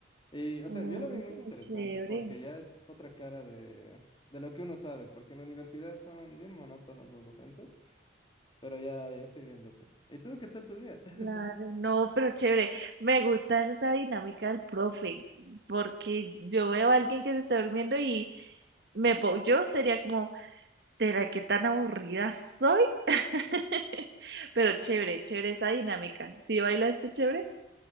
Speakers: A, on the left (about 25°); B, on the right (about 60°).
A: Y, o sea,
B: Oh,
A: yo lo vi muy interesante
B: chévere.
A: porque ya es otra cara de, de lo que uno sabe, porque en la universidad son bien monótonos los docentes, pero ya, ya estoy viendo así. ¿Y tú qué tal tu día? <laughs>
B: Claro, no, pero chévere. Me gusta esa dinámica del profe, porque yo veo a alguien que se está durmiendo y me po- yo sería como ¿Será que tan aburrida soy? <laughs> Pero chévere, chévere esa dinámica. ¿Sí bailaste chévere?